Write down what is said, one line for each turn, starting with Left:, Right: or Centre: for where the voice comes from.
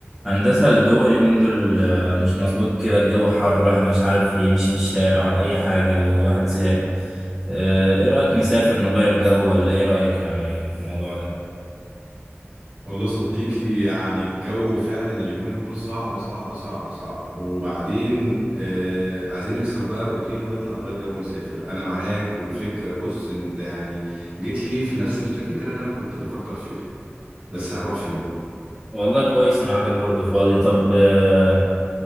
Centre: هندسة الجو اليومين دول آه، مش مظبوط كده الجو حر الواحد مش عارف يمشي في الشارع ولا أي حاجة وواحد زهق آه، إيه رأيك نسافر نغير جو ولا إيه رأيك يعني في الموضوع ده؟
Right: والله صديقي يعني الجو فعلا اليومين دول صعب صعب صعب صعب وبعدين آه عايزين نكسر بقى الروتين ونطلع نغير جو ونسافر انا معاك والفكرة بص انت يعني جيت لي في نفس الفكرة اللي انا كنت بفكر فيها بس هنروح فين
Centre: والله كويس إن عندك برضه فاضي طب آه،